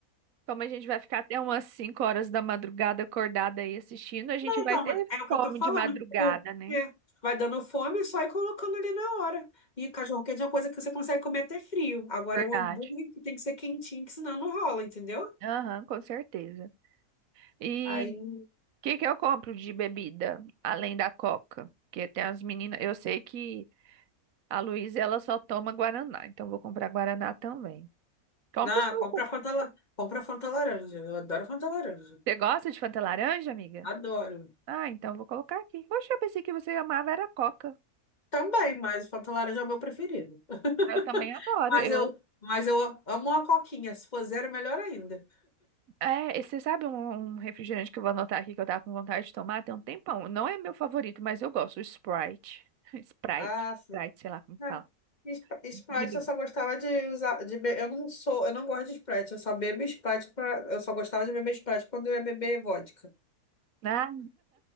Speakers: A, on the right (about 70°); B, on the left (about 30°).
A: como a gente vai ficar até umas 5 horas da madrugada acordada aí assistindo, a gente
B: Não,
A: vai
B: então,
A: ter
B: é o que
A: fome
B: eu tô falando.
A: de madrugada,
B: Porque
A: né?
B: vai dando fome e só ir colocando ali na hora. E cachorro quente é uma coisa que você consegue comer até frio. Agora,
A: Verdade.
B: o hambúrguer que tem que ser quentinho, que senão não rola, entendeu?
A: Aham, com certeza. E
B: Aí,
A: o que que eu compro de bebida além da Coca? Porque tem as meninas, eu sei que A Luísa, ela só toma Guaraná, então vou comprar Guaraná também. Compre
B: não,
A: o suco.
B: compra Fanta, la- compra Fanta laranja. Eu adoro Fanta laranja.
A: Você gosta de Fanta laranja, amiga?
B: Adoro.
A: Ah, então vou colocar aqui. Poxa, eu pensei que você amava era Coca.
B: Também, mas Fanta laranja é o meu preferido. <laughs>
A: Eu também adoro.
B: Mas
A: Eu,
B: eu, mas eu amo uma coquinha. Se for zero, melhor ainda.
A: é, você sabe um, um refrigerante que eu vou anotar aqui que eu tava com vontade de tomar tem um tempão. Não é meu favorito, mas eu gosto, o Sprite. <laughs> Sprite.
B: Ah, sim.
A: Sprite, sei lá como
B: É.
A: fala.
B: Sp- Sprite
A: De lim-
B: eu só gostava de usar, de be- eu não sou, eu não gosto de Sprite, eu só bebo Sprite pra, eu só gostava de beber Sprite quando eu ia beber vodka.
A: Ah,